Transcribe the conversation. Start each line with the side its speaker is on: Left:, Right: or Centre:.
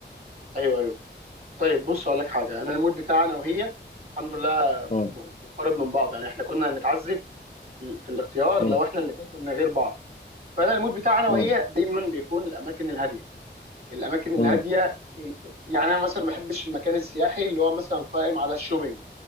Right: ايوه ايوه طيب بص اقول لك حاجه انا المود بتاعنا وهي الحمد لله
Left: م-
Right: مقارب من بعض يعني احنا كنا هنتعذب في الاختيار
Left: م-
Right: لو احنا الاثنين كنا غير بعض فانا المود بتاعي انا وهي
Left: اه
Right: دايما بيكون الاماكن الهاديه الاماكن الهاديه
Left: اه
Right: ال- يعني انا مثلا ما بحبش المكان السياحي اللي هو مثلا قائم على الشوبينج